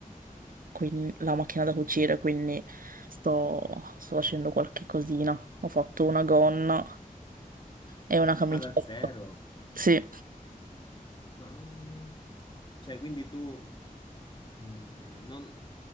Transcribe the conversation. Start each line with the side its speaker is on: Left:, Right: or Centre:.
Right: quin- la macchina da cucire, quindi sto, sto facendo qualche cosina. Ho fatto una gonna e una camicetta.
Left: ma da zero.
Right: Sì,
Left: Ma, mm, cioè, quindi tu Mm, non-